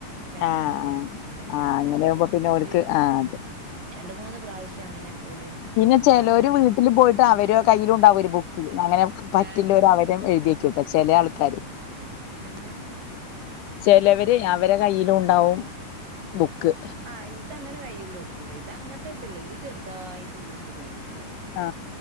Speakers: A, on the right (about 85°); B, on the left (about 75°).
A: രണ്ടാന്തി
B: ആഹ്
A: അങ്ങനെ അങ്ങനെയിങ്ങനെയാവും
B: ആഹ് അങ്ങനെയാവുമ്പോ ഓൽക്ക്
A: പിന്നെ
B: ആഹ് അത്
A: രണ്ടു മൂന്നുപ്രാവശ്യം അങ്ങനെ ഓല്
B: പിന്നെ ചെലോര്
A: പറഞ്ഞിട്ടുണ്ട്
B: വീട്ടിലുപോയിട്ട് അവരെ കയ്യിലുണ്ടാവും ഒരുബുക്ക് അങ്ങനെ പറ്റില്ലൊര്
A: ഏഹ്
B: അവരും എഴുതിവെക്കുട്ടോ ചെല ആൾക്കാര്
A: എങ്ങനെ
B: ചെലവരെ അവരെ കയ്യിലുണ്ടാവും ബുക്ക്
A: ആ ഇതങ്ങനെ കയ്യില് വെക്കൂലാ ഇത് അങ്ങനത്തെതല്ലല്ലോ ഇത് ചെറുതായിട്ട് വീട്ടിലെ ചെറുത്
B: ആ